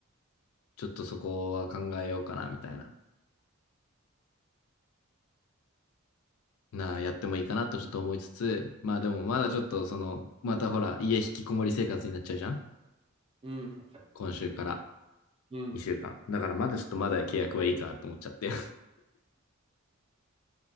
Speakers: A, on the left; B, on the right.
A: ちょっとそこは考えようかなみたいなな、やってもいいかなとちょっと思いつつ、まあでもまだちょっとその、またほら、家引きこもり生活になっちゃうじゃん
B: うん、
A: 今週から
B: うん。
A: 2週間。だからまだちょっとまだ契約はいいかと思っちゃって。